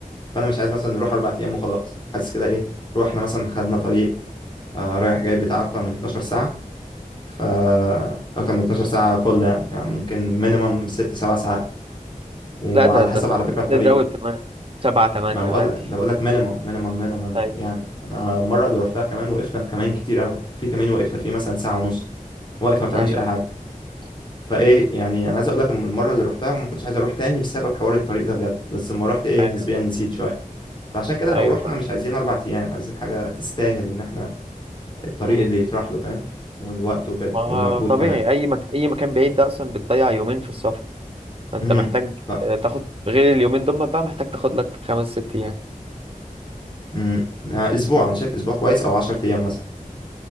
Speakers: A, on the left; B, on the right.
A: فانا مش عايز مثلا نروح اربع ايام وخلاص حاسس كده ايه روحنا مثلا خدنا طريق آه رايح جاي بتاع اكتر من 12 ساعه ف اكتر من 12 ساعه كل يعني, يعني ممكن مينيمم ست سبع ساعات وعلى
B: لا ده ده
A: حسب
B: انت
A: على فكره
B: ممكن
A: الطريق
B: تزود كمان سبعة تمانية
A: ما بقول
B: عادي
A: انا بقول لك مينيمم مينيمم مينيمم
B: ايوه
A: يعني انا المره اللي روحتها كمان وقفنا في كمان كتير قوي في كمين وقفنا فيه مثلا ساعه ونص واقف ما بتعملش
B: ايوه
A: اي حاجه فايه يعني انا عايز اقول لك من المره اللي روحتها ما كنتش عايز اروح تاني بسبب حوار الطريق ده بجد بس لما رحت ايه
B: أي-
A: نسبيا نسيت شويه فعشان كده لو
B: ايوه
A: رحنا
B: فاهم
A: مش عايزين اربع ايام عايزين حاجه تستاهل ان احنا الطريق
B: امم
A: اللي يطرح له فاهم والوقت وكده
B: ما هو
A: والمجهود
B: طبيعي
A: كمان
B: اي مك... اي مكان بعيد ده اصلا بتضيع يومين في السفر فانت
A: امم
B: محتاج
A: ف
B: آه، تاخد غير اليومين دول بقى محتاج تاخد لك خمس ست ايام
A: امم يعني اسبوع انا شايف اسبوع كويس او 10 ايام مثلا